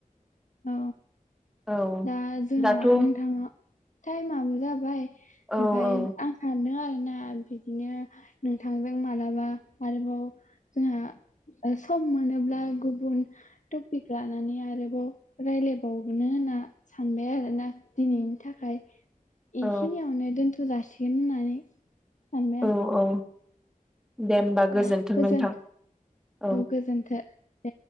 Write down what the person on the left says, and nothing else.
औ।
दा जोंहा
नोंथाङा थाइमाबो जाबाय
ओमफाय
आं <unintelligible> नो आरोना बिदिनो नोंथांजों मालाबा आरोबाव जोंहा ओ सम मोनोब्ला गुबुन टपिक लानानै आरोबाव रायलायबावगोनो होना सानबाय आरोना दिनैनि थाखाय
इखिनियावनो दोनथ' थ' जासिगोन होननानै सानबाय
आं
आं गोजोन
गोजोनथो दे